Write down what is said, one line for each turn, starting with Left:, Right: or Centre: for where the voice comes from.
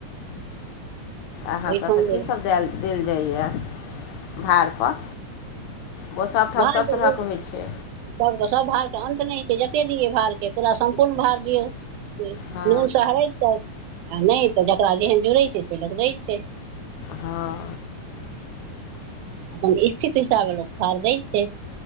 Right: ओहिठाम
Left: अहाँ सभके कीसभ
Right: जे
Left: देल देल जाइए भाड़पर? ओ सभठाम
Right: भार
Left: सभ
Right: प
Left: तरहके
Right: <unintelligible>
Left: होइ छै
Right: सबके सब भारके अन्त नहि छैय जतेक दियै भारके पूरा सम्पूर्ण भार दियौ। से
Left: हँ
Right: नूनसँ हरैत तक आ नहि तऽ जकरा जेहन जुड़ै छैय से लोक दैत छैय।
Left: हँ
Right: अपन इथित हिसाबे लोक भरा दै छैय।